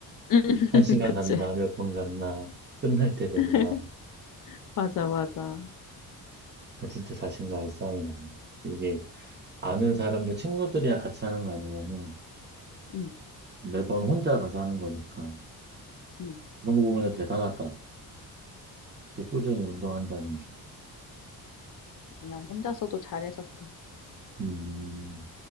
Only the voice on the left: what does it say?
음, <laughs>
그치.
<laughs> 맞아, 맞아.
음,
음.
그냥 혼자서도 잘해서 그래.